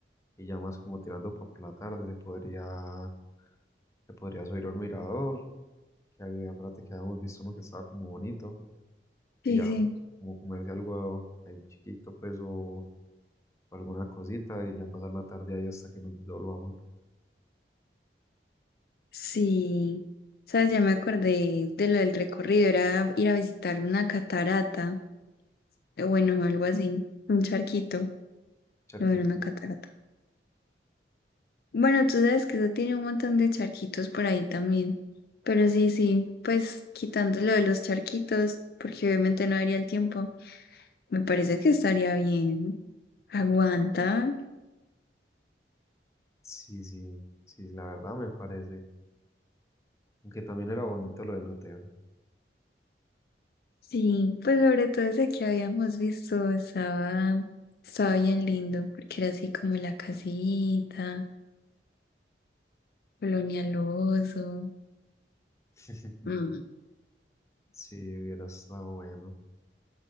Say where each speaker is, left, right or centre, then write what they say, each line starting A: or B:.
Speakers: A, on the left; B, on the left.
A: y ya más como tirando para por la tarde se podría, se podría subir a un mirador, que había, acuérdate que habíamos visto uno que estaba como bonito y
B: sí,
A: ya
B: sí.
A: como comerse algo ahí chiquito pues o, o alguna cosita y ya pasar la tarde ahí hasta que nos volvamos.
B: Sí. ¿Sabes? Ya me acordé de lo del recorrido. Era ir a visitar una catarata. eh, Bueno, algo así. Un charquito.
A: charquito
B: No era una catarata. Bueno, tú sabes que eso tiene un montón de charquitos por ahí también. Pero sí, sí. Pues quitando lo de los charquitos, porque obviamente no daría el tiempo. Me parece que estaría bien. Aguanta.
A: Sí, sí, sí, la verdad me parece. Aunque también era bonito lo del hotel.
B: Sí, pues sobre todo ese que habíamos visto estaba, estaba bien lindo, porque era así como la casita, Colonial Oso,
A: <laughs>
B: Mm,
A: Sí, hubiera estado bueno.